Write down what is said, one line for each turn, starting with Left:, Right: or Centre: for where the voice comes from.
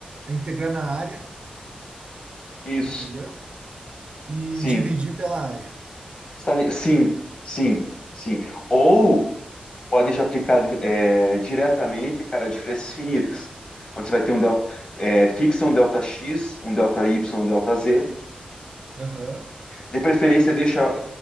Right: é integrar na área,
Left: isso.
Right: entendeu? E
Left: Sim.
Right: dividir pela área.
Left: Está li- Sim, sim, sim. Ou pode já aplicar é, diretamente, cara, diferenças finitas. Onde você vai ter um delta, é, fixa um delta x, um delta y, um delta z.
Right: Aham,
Left: De preferência, deixa,